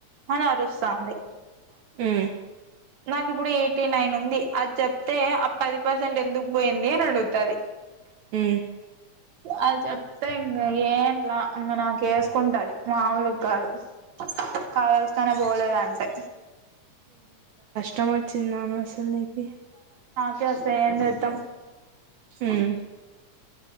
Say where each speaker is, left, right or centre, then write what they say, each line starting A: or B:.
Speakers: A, on the right; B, on the right.
A: అని అరుస్తంది.
B: ఉమ్
A: నాకు ఇప్పుడు ఎయిటీ నైన్ ఉంది అది చెప్తే ఆ పది పర్సెంట్ ఎందుకు పోయింది అని అడుగుతది.
B: ఉ
A: అది చెప్తే ఇంక ఏంలా ఇంక నాకు వేసుకుంటది. మాములుకి కాదు కావలస కానే పోలేద అంటే
B: తమ చి నమే అసలు నకి
A: వస్తాయ్ ఎంజేతం.
B: మ్మ్
A: <inaudible>